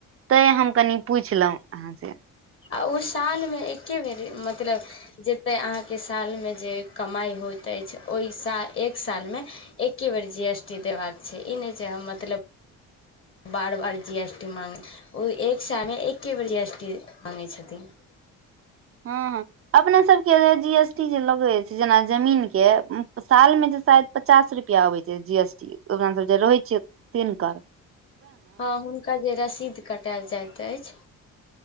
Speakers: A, on the right (about 40°); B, on the left (about 35°).
A: तैं हम कनि पुछलहुँ अहाँ से।
B: आ ओ सालमे एके बेर मतलब। जतय अहाँके सालमे जे कमाइ होइत अछि ओहि साल एक सालमे। एके बेर जी एस टी देबाक छै ई ने छै हम मतलब। बार बार जी एस टी मागै ओ एक सालमे एक्के बेर जी एस टी मागै छथिन।
A: हँ हँ अपने सबके जे जी एस टी जे लगै छै जेना जमीन के। साल मे जे शायद पचास रुपआ अबै छै जी एस टी अपना सब जे रहै छियै तीनकर।
B: ह हुनका जे रसीद कटायल जाइत अछि।